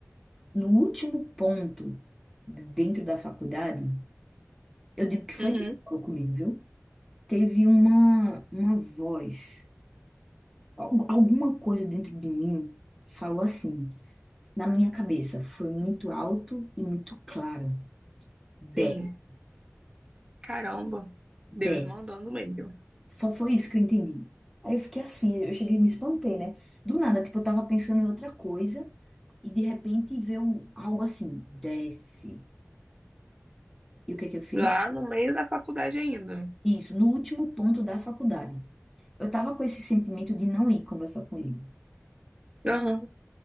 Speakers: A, in the centre; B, on the right.
A: no último ponto de- dentro da faculdade, eu digo que foi
B: Uhum.
A: Deus que falou comigo, viu? Teve uma, uma voz, al- alguma coisa dentro de mim falou assim, na minha cabeça, foi muito alto e muito claro. Desce,
B: Sim. Caramba.
A: desce.
B: Deus mandando mesmo.
A: Só foi isso que eu entendi. Aí eu fiquei assim, eu cheguei e me espantei, né? Do nada, tipo, eu tava pensando em outra coisa e de repente veio algo assim, desce. E o que é que eu fiz?
B: Lá no meio da faculdade ainda.
A: Isso, no último ponto da faculdade. Eu tava com esse sentimento de não ir conversar com ele.
B: Aham.